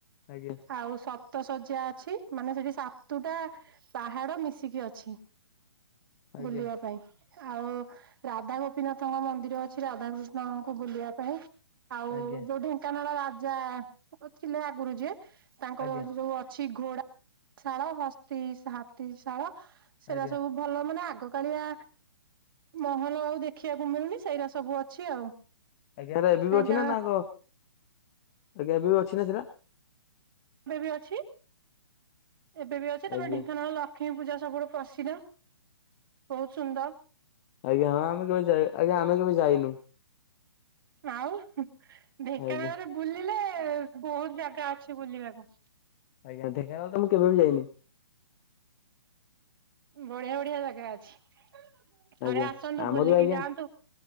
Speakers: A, on the left; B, on the right.
A: ଆଜ୍ଞା
B: ଆଉ ସପ୍ତ ଶଯ୍ୟା ଅଛି, ମାନେ ସେଠି ସାତୁଟା ପାହାଡ ମିଶିକି ଅଛି,
A: ଆଜ୍ଞା
B: ବୁଲିବା ପାଇଁ। ଆଉ ରାଧା ଗୋପିନାଥଙ୍କ ମନ୍ଦିର ଅଛି, ରାଧାକୃଷ୍ଣଙ୍କୁ ବୁଲିବା ପାଇଁ। ଆଉ
A: ଆଜ୍ଞା
B: ଯୋଉ ଢେଙ୍କାନାଳ ରାଜା ଥିଲେ, ଆଗରୁ ଯେ ତାଙ୍କର
A: ଆଜ୍ଞା
B: ଯୋଉ ଅଛି ଘୋଡା ଶାଳ, ହସ୍ତି ହାତୀ ଶାଳ, ସେଟା
A: ଆଜ୍ଞା
B: ସବୁ ଭଲ ମାନେ ଆ ଆଗ କାଳିଆ ମହଲ ଆଉ ଦେଖିବାକୁ ମିଳୁନି ସେଇରା ସବୁ ଅଛି ଆଉ।
A: ଆଜ୍ଞା ହେରା ଏବେ
B: ଢେଙ୍କାନାଳ।
A: ବି ଅଛି ନା ନା କ ଆଜ୍ଞା ଏବେ ବି ଅଛି ନା ସେରା
B: ଏବେ ବି ଅଛି। ଏବେ ବି ଅଛି, ତାପରେ
A: ଆଜ୍ଞା।
B: ଢେଙ୍କାନାଳ ଲକ୍ଷ୍ମୀ ପୂଜା ସବୁଠୁ ପ୍ରସିଦ୍ଧ। ବହୁତ ସୁନ୍ଦର!
A: ଆଜ୍ଞା ହଁ ଆମେ କେବେ, ଆଜ୍ଞା ଆମେ କେବେ ଯାଇନୁ।
B: ଆଉ, ଢେଙ୍କାନାଳରେ
A: ଆଜ୍ଞା
B: ବୁଲିଲେ ବହୁତ ଜାଗା ଅଛି ବୁଲିବାକୁ।
A: ଆଜ୍ଞା ଢେଙ୍କାନାଳ ତ ମୁଁ କେବେ ବି ଯାଇନି।
B: ବଢିଆ ବଢିଆ ଜାଗା ଅଛି। ଥରେ
A: ଆଜ୍ଞା,
B: ଆସନ୍ତୁ
A: ଆମର
B: ବୁଲିକି
A: ବି ଆଜ୍ଞା,
B: ଯାଆନ୍ତୁ